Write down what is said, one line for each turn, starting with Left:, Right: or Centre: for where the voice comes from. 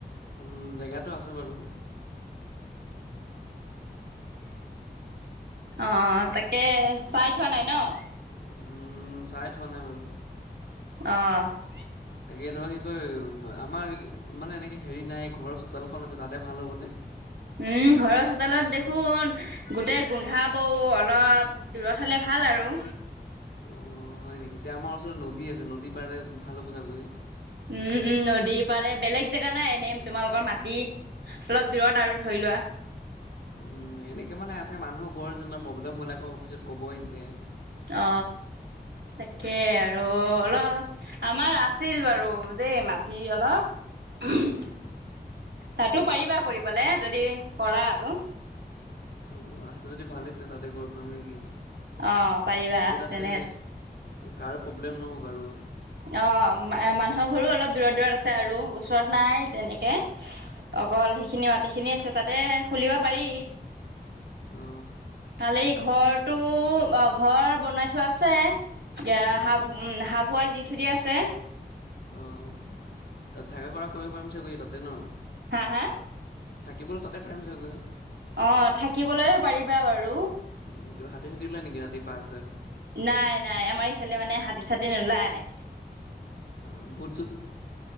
Left: উম জেগাটো আছে বাৰু।
Right: অ তাকে, চাই থোৱা নাই ন'?
Left: উ উম, চাই থোৱা নাই বাৰু।
Right: অ।
Left: তাকে এনেকুৱা কি কয় আমাৰ মানে এনেকে হেৰি নাই ঘৰৰ চোতালখন আছে তাতে ভাল হ'বনে?
Right: উম ঘৰৰ চোতালত দেখোন গোটেই গোন্ধাবও অলপ দূৰত হ'লে ভাল আৰু।
Left: অ হয় নেকি? তেতিয়া আমাৰ ওচৰত নদী আছে, নদী পাৰেত ভাল হ'ব চাগৈ?
Right: উম উম নদী পাৰে বেলেগ জেগা নাই এনেই তোমালোকৰ মাটি? অলপ দূৰত আৰু ধৰি লোৱা।
Left: উম এনেকে মানে আছে মানুহৰ ঘৰ আছে ন' প্ৰব্লেম হলে আকৌ পিছত ক'বই এনেই।
Right: অ তাকে আৰু অলপ আমাৰ আছ ছিল বাৰু দেই মাটি অলপ উহুম।
Left: উম,
Right: তাতো পাৰিবা কৰিবলৈ যদি কৰা আৰু।
Left: অঁ আছে যদি ভালেই তেতিয়া তাতে কৰি পাম নেকি?
Right: অ পাৰিবা
Left: এতিয়া তাতে
Right: তেনে
Left: কাৰো প্ৰব্লেম নহওক আৰু।
Right: অ মা মানুহৰ ঘৰো অলপ দূৰত দূৰত আছে আৰু ওচৰত নাই তেনেকে। অকল সেইখিনি মাটিখিনি আছে তাতে খুলিব পাৰি।
Left: অ।
Right: খালি ঘৰটো, অ ঘৰ বনাই থোৱা আছে। এতিয়া
Left: অঁ
Right: হাঁহ উম হাঁহ পোৱালী দি থৈ দিয়া আছে।
Left: অঁ তাত থাকা কৰা কৰিব পাৰিম চাগৈ তাতে ন?
Right: হা হা?
Left: থাকিবলৈ তাতে পাৰিম চাগৈ?
Right: অ থাকিবলৈ পাৰিবা বাৰু।
Left: উম কিবা হাতী - চাতি ওলায় নেকি ৰাতি বাঘ চাঘ?
Right: নাই নাই, আমাৰ ইফালে মানে হাতী -চাতী নোলায়।
Left: অ ভুত - চুত?